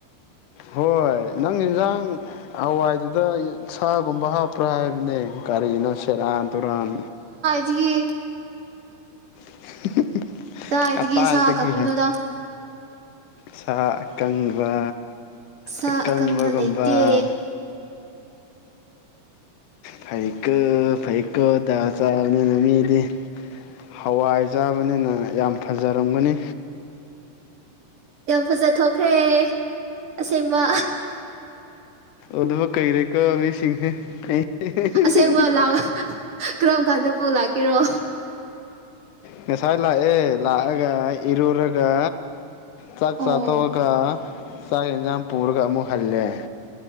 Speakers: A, on the left (about 80°); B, on the right (about 85°).
A: ꯍꯣꯏ ꯅꯪ ꯏꯟꯖꯥꯡ ꯍꯋꯥꯏꯗꯨꯗ ꯁꯥꯒꯨꯝꯕ ꯍꯥꯞꯄ꯭ꯔꯥ ꯍꯥꯏꯕꯅꯦ ꯀꯔꯤꯅꯣ ꯁꯦꯔꯥꯟ꯫ ꯇꯨꯔꯥꯟ꯫
B: <unintelligible>
A: <unintelligible>
B: ꯀꯗꯥꯏꯗꯒꯤ
A: ꯀꯇꯥꯏꯗꯒꯤ
B: ꯁꯥ ꯑꯀꯪꯕꯅꫭꯗ꯫
A: ꯁꯥ ꯑꯀꯪꯕ꯫
B: ꯁꯥ
A: ꯑꯀꯪꯕꯒꯨꯝꯕ
B: ꯑꯀꯪꯕ ꯂꯩꯇꯦ꯫
A: ꯐꯩꯀꫭ ꯐꯩꯀꯣꯗ ꯆꯥꯕꯅꯤꯅ ꯃꯤꯗꯤ ꯍꯋꯥꯏ꯫ ꯆꯥꯕꯅꯤꯅ ꯌꯥꯝ꯫ ꯐꯖꯔꯝꯒꯅꯤ꯫
B: ꯌꯥꯝ ꯐꯖ ꯊꯣꯛꯈ꯭ꯔꯦ꯫ ꯑꯁꯦꯡꯕ꯫
A: ꯑꯗꯕ ꯀꯨꯏꯔꯦꯀꫭ ꯃꯤꯁꯤꯡꯁꯦ <unintelligible> <unintelligible>
B: ꯑꯁꯦꯡꯕ ꯂꯥꯛ ꯀꯔꯝ ꯀꯥꯟꯗꯕꯨ ꯂꯥꯛꯀꯤꯔꯣ꯫
A: ꯉꯁꯥꯏ ꯂꯥꯛꯑꯦ ꯂꯥꯛꯑꯒ꯫ ꯏꯔꯨꯔꯒ꯫ ꯆꯥꯛ
B: ꯑꯣ
A: ꯆꯥꯇꫭꯛ ꯑꯒ꯫ ꯆꯥꯛ ꯍꯦꯟꯖꯥꯡ ꯄꯨꯔꯒ ꯑꯃꯨꯛ ꯍꯜꯂꯦ꯫